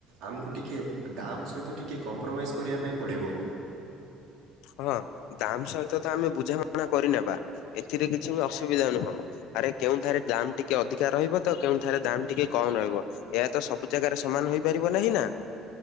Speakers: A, on the right; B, on the left.
A: ଆମକୁ ଟିକେ ଦାମ୍ ସହିତ ଟିକେ କମ୍ପ୍ରମାଇଜ୍ କରିବା ପାଇଁ ପଡ଼ିବ
B: ହଁ, ଦାମ ସହିତ ତ ଆମେ ବୁଝାମଣା କରିନେବା। ଏଥିରେ କିଛି ବି ଅସୁବିଧା ନୁହଁ, ଆରେ କେଉଁଠାରେ ଦାମ ଟିକେ ଅଧିକା ରହିବ ତ, କେଉଁଠାରେ ଦାମ ଟିକେ କମ ରହିବ, ଏହା ତ ସବୁ ଜାଗାରେ ସମାନ ହେଇପାରିବ ନାହିଁ ନା?